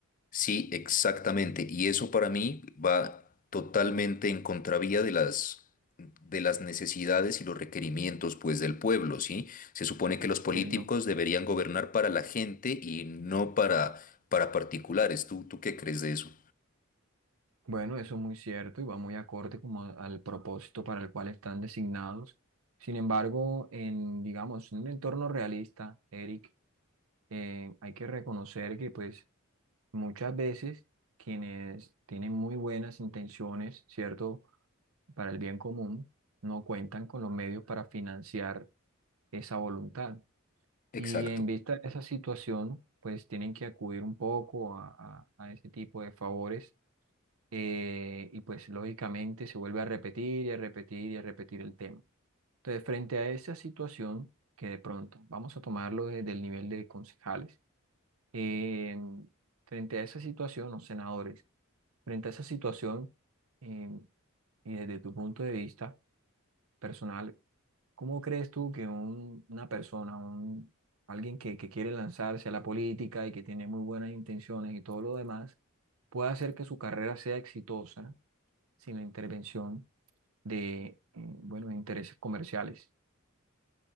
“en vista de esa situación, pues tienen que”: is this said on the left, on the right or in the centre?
Right